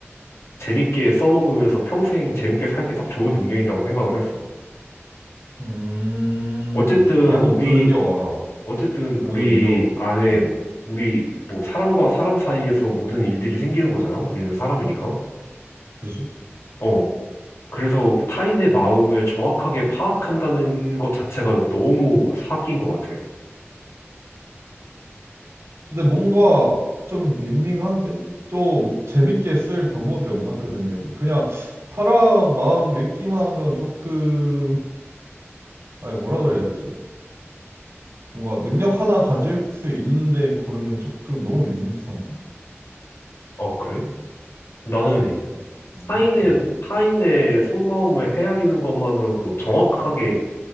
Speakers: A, on the left (about 75°); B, on the right (about 80°).
A: 재밌게 써먹으면서 평생 재밌게 살기 딱 좋은 능력이라고 생각을 했어.
B: 음,
A: 어쨌든
B: 나도
A: 우리
B: 그 능력 알아.
A: 어쨌든
B: 그
A: 우리
B: 능력,
A: 안에
B: 어,
A: 우리 뭐 사람과 사람 사이에서 모든 일들이 생기는 거잖아. 우리는 사람이니까.
B: 그지?
A: 어. 그래서 타인의 마음을 정확하게 파악한다는 것 자체가 너무 사기인 것 같아.
B: 근데 뭔가 좀 밍밍한데? 좀 재밌게 쓸 방법이 없나? 그 능력을. 그냥 사람 마음 읽기만 하면 조금, 아니, 뭐라 그래야 되지? 뭔가 능력 하나 가질 수 있는데 고르기엔 조금 너무 밋밋한데?
A: 아, 그래? 나는
B: 어, 밋밋해.
A: 타인의, 타인의 속마음을 헤아리는 것만으로도, 정확하게